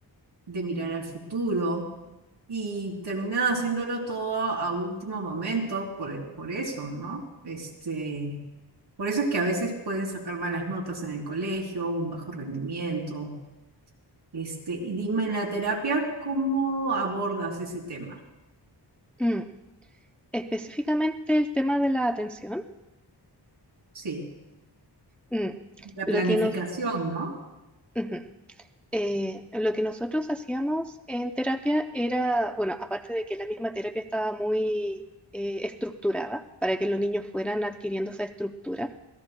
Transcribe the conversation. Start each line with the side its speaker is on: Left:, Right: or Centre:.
Right: De mirar al futuro y terminan haciéndolo todo a último momento por, por eso, ¿no? Este, por eso es que a veces pueden sacar malas notas en el colegio, un bajo rendimiento. Este, y dime en la terapia, ¿cómo abordas ese tema?
Centre: Mm. Específicamente el tema de la atención.
Right: Sí,
Centre: Mm.
Right: la
Centre: Lo
Right: planificación,
Centre: que nos,
Right: ¿no?
Centre: ujú. Eh, lo que nosotros hacíamos en terapia era, bueno, aparte de que la misma terapia estaba muy eh, estructurada para que los niños fueran adquiriendo esa estructura,